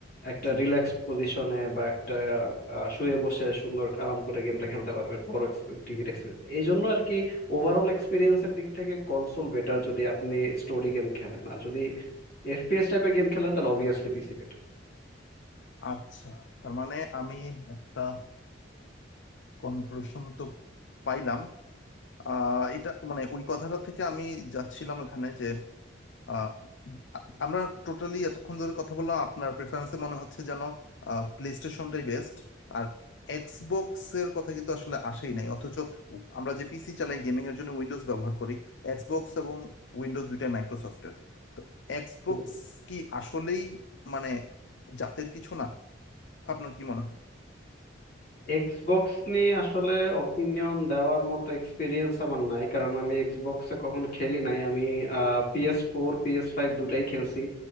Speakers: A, on the left; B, on the left.
A: একটা
B: জি
A: রিল্যাক্স পজিশনে বা একটা আহ, শুয়ে বসে সুন্দর আরাম করে গেমটা খেলতে পারবেন বড় টিভির এক্সপিরিয়েন্স এই জন্য আর কি ওভারঅল এক্সপিরিয়েন্সের দিক থেকে কনসোল বেটার যদি আপনি স্টোরি গেম খেলেন আর যদি এফপিএস টাইপের গেম খেলেন তাহলে অবভিয়াসলি পিসি বেটার
B: আচ্ছা তার মানে আমি একটা কনক্লুশন তো পাইলাম আহ, এটা মানে ওই কথাটা থেকে আমি যাচ্ছিলাম এখানে যে আহ, আমরা টোটালি এতক্ষণ ধরে কথা বললাম আপনার প্রেফারেন্সে মনে হচ্ছে যেন প্লে স্টেশনটাই বেস্ট আর এক্সবক্স এর কথা কিন্তু আসলে আসেই নাই অথচ আমরা যে পিসি চালাই গেমিং এর জন্য উইন্ডোজ ব্যবহার করি এক্সবক্স এবং উইন্ডোজ দুইটাই মাইক্রোসফটের তো এক্সবক্স
A: হুম,
B: কি আসলেই মানে জাতের কিছু না আপনার কি মনে হয়
A: এক্সবক্স নিয়ে আসলে অপিনিয়ন দেওয়ার মতো এক্সপিরিয়েন্স আমার নাই কারণ আমি এক্সবক্সে কখনো খেলি নাই আমি পিএস ফোর পিএস ফাইভ দুটাই খেলছি